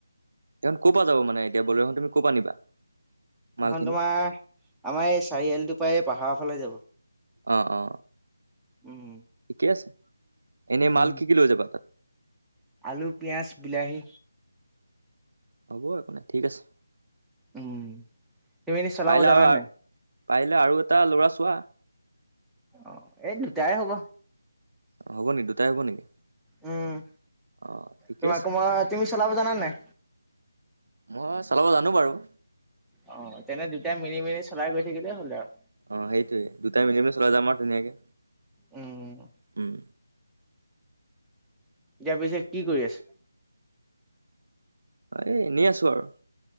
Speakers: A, on the right (about 60°); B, in the centre.
A: এইখন ক'পা যাব মানে এতিয়া বলেৰোঁ খন তুমি ক'পা নিবা? মালখিনি
B: এইখন তোমাৰ আমাৰ এই চাৰিআলিটোৰ পৰা এই পাহাৰৰ ফালে যাব
A: অ অ
B: উম
A: ঠিকে আছে এনে
B: উম
A: মাল কি কি লৈ যাবা তাত?
B: আলু, পিয়াজ, বিলাহী
A: হ'ব একো নাই ঠিক আছে।
B: উম তুমি এনে চলাব
A: পাৰিলে
B: জানা
A: আৰু
B: নাই
A: পাৰিলে আৰু এটা ল'ৰা চোৱা
B: অ এই দুটাই হ'ব
A: অ হ'ব নি দুটাই হব নেকি
B: উম
A: অ', ঠিকে
B: তোমাক
A: আছে
B: মই তুমি চলাব জানা নে নাই?
A: মই চলাব জানো বাৰু
B: অ তেনে দুটাই মিলি মিলি চলাই গৈ থাকিলে হ'ল আৰু
A: অ সেইটোয়ে দুটাই মিলি মেলি চলাই যাম আৰু ধুনীয়াকে
B: উম
A: উম
B: এতিয়া পিছে কি কৰি আছা?
A: এ এনেই আছো আৰু